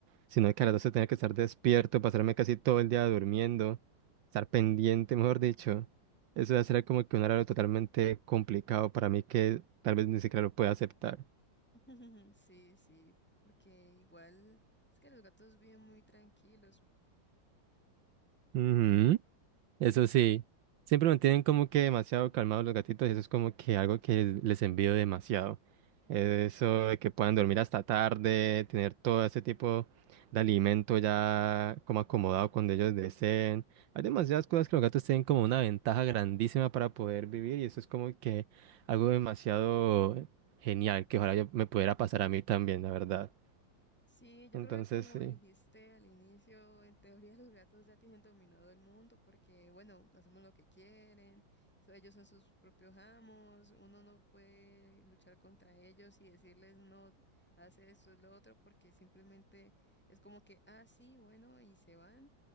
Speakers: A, on the right (about 75°); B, in the centre.
A: sino que a las 12 tenía que estar despierto, pasarme casi todo el día durmiendo, estar pendiente, mejor dicho. Eso va a ser como que un horario totalmente complicado para mí que tal vez ni siquiera lo pueda aceptar.
B: <laughs> Sí, sí, porque igual es que los gatos viven muy tranquilos.
A: Ujú. Eso sí, siempre me tienen como que demasiado calmados los gatitos y eso es como que algo que les envío demasiado. Eso de que puedan dormir hasta tarde, tener todo ese tipo de alimento ya como acomodado cuando ellos deseen. Hay demasiadas cosas que los gatos tienen como una ventaja grandísima para poder vivir y eso es como que algo demasiado genial que ojalá yo me pudiera pasar a mí también, la verdad.
B: Sí, yo
A: Entonces
B: creo que como
A: sí,
B: dijiste al inicio, en teoría <laughs> los gatos ya tienen dominado el mundo porque, bueno, hacemos lo que quieren, so- ellos son sus propios amos, uno no puede luchar contra ellos y decirles no, hace esto, es lo otro, porque simplemente es como que, ah, sí, bueno, y se van.